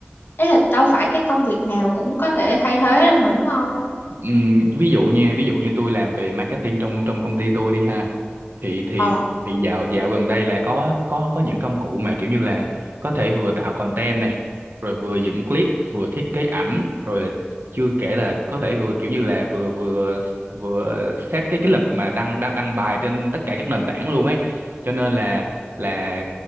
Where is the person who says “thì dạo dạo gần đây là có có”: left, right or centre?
Right